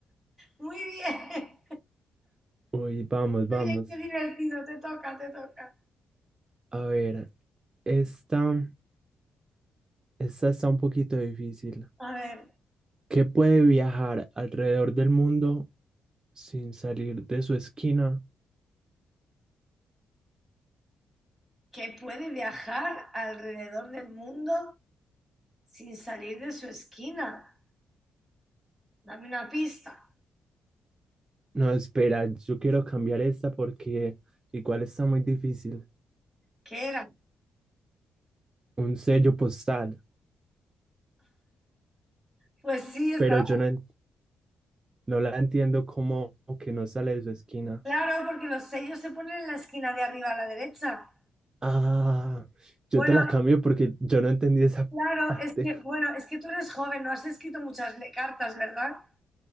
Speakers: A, in the centre; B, on the right (about 30°).
A: muy bien.
B: Uy, vamos, vamos.
A: Qué bien, qué divertido. Te toca, te toca.
B: A ver, esta, esta está un poquito difícil.
A: A ver,
B: ¿Qué puede viajar alrededor del mundo sin salir de su esquina.
A: que puede viajar alrededor del mundo sin salir de su esquina. Dame una pista.
B: No, espera, yo quiero cambiar esta porque igual está muy difícil.
A: ¿Qué era?
B: Un sello postal,
A: Pues sí, estaba
B: pero yo no, en- no la entiendo como que no sale de su esquina.
A: claro, porque los sellos se ponen en la esquina de arriba a la derecha.
B: Ah,
A: Bueno,
B: yo te la cambio porque yo no entendí esa
A: claro,
B: <laughs> parte.
A: es que, bueno, es que tú eres joven, no has escrito muchas le- cartas, ¿verdad?